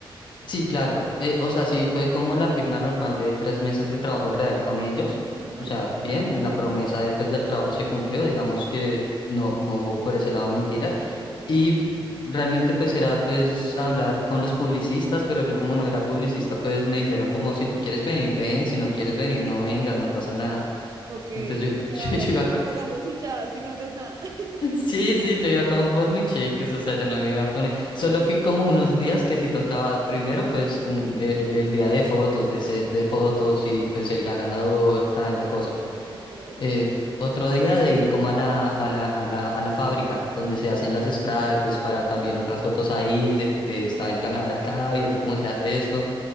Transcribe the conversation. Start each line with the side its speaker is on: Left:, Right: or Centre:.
Left: Sí, claro, eh, o sea, sí fue como la firma normal de tres meses de trabajo real con ellos,
Right: Ajá,
Left: o sea, bien, la promesa de, pues, del trabajo se cumplió, digamos que
Right: sí.
Left: no, no hubo por ese lado mentiras,
Right: sí.
Left: y realmente pues era pues hablar con los publicistas, pero yo como no era publicista, pues me dijeron como si tú quieres venir, ven, si no quieres venir, no vengas, no pasa nada.
Right: Ok,
Left: Entonces
Right: o sea,
Left: yo, <laughs> yo, yo iba,
Right: te
Left: co-
Right: pagamos y ya, si no hagas nada. <laughs>
Left: <laughs> sí, sí, yo iba como por mi cheques, o sea, yo no me iba a poner, solo fui como unos días que si tocaba primero, pues un- eh, el día de fotos, de set de fotos y pues el ganador, tan la cosa.
Right: Ok.
Left: Eh, otro día de ir como a la, a la, a la, a la fábrica donde se hacen las spray, pues para también otras fotos ahí, de, de está el ganador acá, viendo cómo se hace esto.